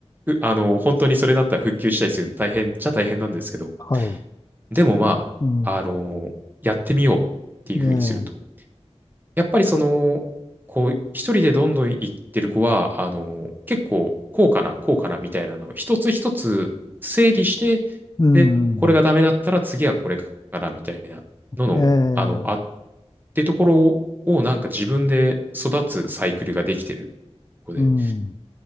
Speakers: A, on the right; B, on the left.
A: うあの、本当にそれだったら復旧したりするの大変っちゃ大変なんですけど、
B: はい、
A: でもまあ、
B: うん、
A: あのーやってみようっていうふうにすると、
B: ねえ、
A: やっぱりその、こう、一人でどんどん行ってる子は、あの、結構、こうかな、こうかなみたいなのを一つ一つ整理して、
B: うん、
A: で、これがダメだったら次はこれかなみたいなのの、
B: ええ、
A: あの、あってところをなんか自分で育つサイクルができてる子で。
B: うん、